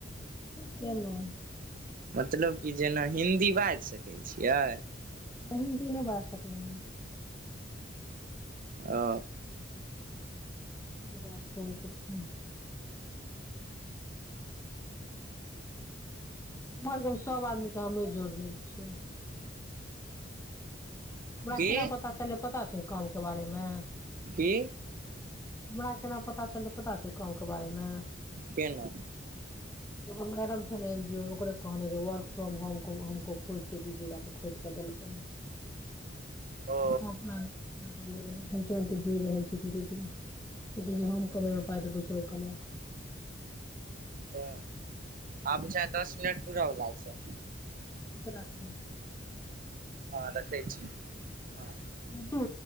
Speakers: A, on the left (about 15°); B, on the right (about 45°).
A: केनो
B: मतलब कि जेना हिन्दी बाज सकै छियै।
A: नहि हिन्दी नय बाज सकय।
B: ओ।
A: नहि बात करै छै। घर के सब आदमी के हमी जोरनै छी। हमरा
B: की
A: केना पता चललै पता छौ काम के बारे मे
B: की
A: हमरा केना पता कल्हे पता छो ई काम के बारेमे,
B: केना
A: एगो मैडम छै ने एन जी ओ मे कहने रहय वर्क फ्रोम होम होमको खोज के दिजिएगा त खोजि के देलकै।
B: ओ
A: हम अपना मंदिर मे जहन पहुँचलियै। सोचि रहल छैय डेली कहय छैय जे हम कमेबै पाइ त दोसरो कमाउ।
B: ह आब बुझाइये दस मिनट पुरऽवला छैय।
A: <unintelligible> राखू।
B: हँ रखै छी हँ
A: लड्डू